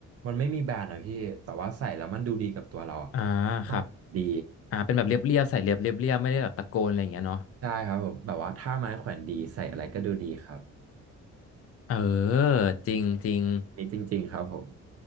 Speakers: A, on the right (about 55°); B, on the left (about 50°).
A: มันไม่มีแบรนด์อะพี่แต่ว่าใส่แล้วมันดูดีกับตัวเราอะ
B: อ่าครับ
A: ดี
B: อ่าเป็นแบบเรียบเรียบใส่เรียบเรียบเรียบไม่ได้แบบตะโกนอะไรอย่างเงี้ยเนาะ
A: ใช่ครับผมแบบว่าถ้าไม้แขวนดีใส่อะไรก็ดูดีครับ
B: เออจริงจริง
A: นี่จริงๆครับผม